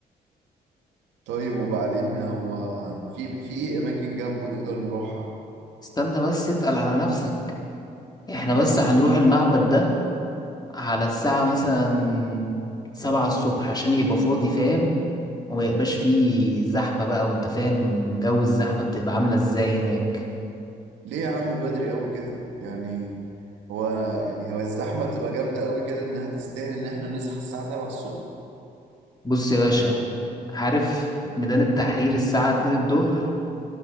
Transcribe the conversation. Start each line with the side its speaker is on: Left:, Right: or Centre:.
Right: طيب وبعدين هو ع- في في ايه اماكن جنبه نقدر نروحها
Left: استنى بس اتقل على نفسك احنا
Right: ماشي
Left: بس هنروح المعبد ده على الساعة مثلا سبعة الصبح عشان يبقى فاضي فاهم وما يبقاش فيه زحمة بقى وانت فاهم جو الزحمة بتبقى عاملة ازاي هناك
Right: ليه يا عم بدري قوي كده يعني هو يعني هو الزحمه بتبقى جامده قوي كده انها تستاهل ان احنا نصحى الساعه 7 الصبح
Left: بص يا باشا عارف ميدان التحرير الساعة اتنين الظهر